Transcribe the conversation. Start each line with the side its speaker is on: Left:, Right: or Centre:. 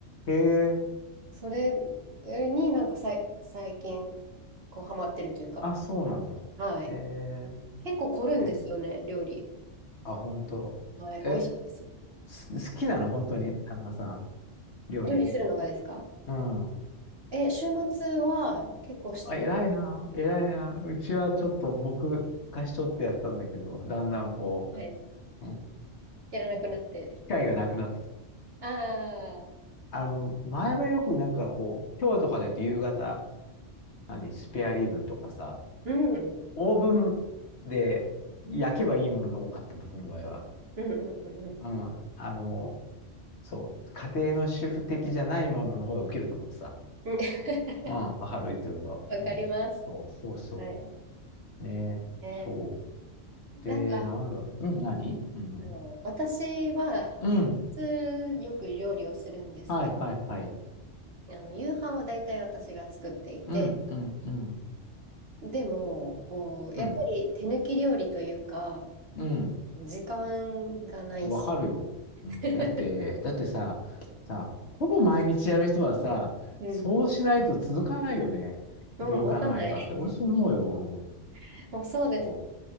Left: へえ。
Right: それになんかさい、最近、こうハマってるというか。
Left: あ、そうなんだ。
Right: はい。
Left: へえ。
Right: 結構凝るんですよね、
Left: え、
Right: 料理。
Left: あ、本当。
Right: はい、美味しいですよ。
Left: えす好きなの、本当に、旦那さん、料理。
Right: 料理するのがですか
Left: うん。
Right: え、週末は結構してくれ。
Left: あ、偉いな、偉いな。うちはちょっと僕がしとってやってたんだけど、だんだんこ
Right: はい、
Left: う、うん
Right: やらなくなって。
Left: うん機会がなくなってきて。
Right: ああ、
Left: あの、前はよくなんかこう、今日とかで言うと夕方、何、スペアリブとかさ、
Right: うん、うん、
Left: オーブンで焼けばいいものが多かった、僕の場合は。
Right: うん、うんうん。
Left: うん。あの、そう、家庭の主婦的じゃないものの方がウケると思ってさ。
Right: うん <laughs>
Left: うん、わかる、言ってること。
Right: わかります。
Left: うん、そうそう、そうそ
Right: はい。
Left: う。ね、
Right: え、
Left: そう。
Right: なんか、
Left: で、なんだろう。うん、何うん。
Right: あの、私は、あの、
Left: うん。
Right: 平日よく料理をするんですけ
Left: はいはいはい。
Right: ど、あの、夕飯は大体私が作っていて、
Left: うん、うん、うん。
Right: でも、こう、やっぱり手抜き料理というか、
Left: うん、うん。
Right: 時間がないし、
Left: わかるよ。うん。
Right: <laughs>
Left: だって、だってさ、さ、ほぼ毎日やる人はさ、
Right: うん
Left: そうしないと続かないよね。
Right: うん、
Left: どう考えたって。
Right: 持たない。
Left: 俺そう思うよ。うん。
Right: <laughs> もうそうです。
Left: そう。